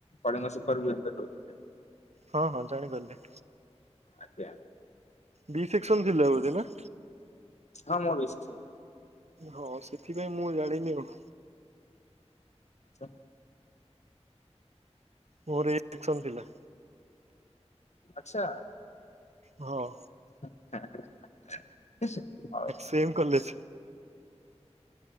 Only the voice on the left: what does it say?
ପଳିଙ୍ଗ ସିପର୍ ବି ଏମ ବି ରହୁଥିଲେ।
ଆଜ୍ଞା।
ହଁ ମୋର ବି ସେକ୍ସନ।
ଆଚ୍ଛା।
ଆଚ୍ଛା।
<unintelligible>